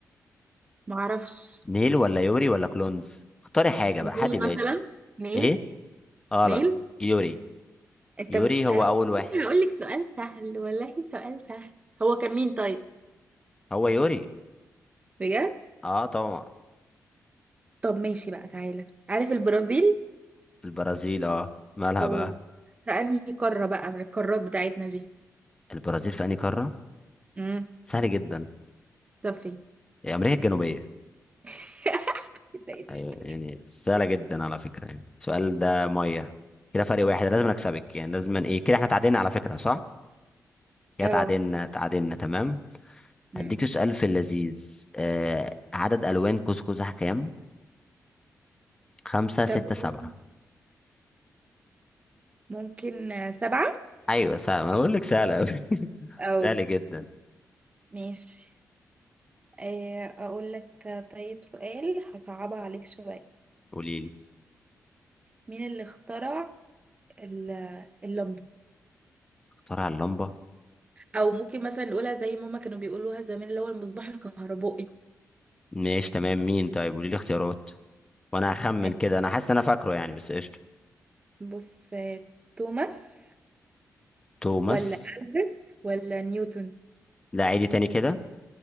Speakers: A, on the right; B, on the left.
A: معرفش
B: نيل ولا يوري ولا كولونز اختاري حاجة
A: نيل
B: بقى حد بادي
A: مثلا نيل
B: ايه غلط
A: نيل
B: يوري
A: أنت
B: يوري
A: بت
B: هو اول واحد
A: هقول لك سؤال سهل والله سؤال سهل هو كان مين طيب
B: هو يوري
A: بجد
B: اه طبعا
A: طب ماشي بقى تعالى عارف البرازيل
B: البرازيل اه مالها
A: أو
B: بقى
A: في أنهي قارة بقى من القارات بتاعتنا دي
B: البرازيل في انهي قارة
A: امم
B: سهل جدا
A: طب فين
B: امريكا الجنوبية
A: <laughs> ده ايه ده
B: أيوة،
A: ايه ده
B: يعني سهلة جدا على فكرة يعني السؤال ده مية كده فرق واحد لازم أكسبك يعني لازم إيه كده إحنا تعادلنا على فكرة صح؟ كده
A: اه
B: تعادلنا تعادلنا تمام
A: مم.
B: هديك سؤال في اللذيذ آه عدد ألوان قوس قزح كام؟ خمسة ستة
A: طب قول.
B: سبعة
A: ممكن آه، سبعة
B: أيوة سهلة أنا بقول لك سهلة أوي <laughs>
A: او
B: سهل جدا
A: ماشي آه، اقول لك آه، طيب سؤال هصعبها عليك شوية
B: قولي لي
A: مين اللي اخترع ال- اللمبة
B: اخترع اللمبة
A: او ممكن مثلا نقولها زي ما هما كانوا بيقولوها زمان اللي هو المصباح الكهربائي
B: ماشي تمام مين طيب قولي لي اختيارات وأنا هخمن
A: آه،
B: كده أنا حاسس إن أنا فاكره يعني بس قشطة
A: بص آه، توماس
B: توماس
A: ولا ألبرت ولا نيوتن
B: لا عيدي تاني كده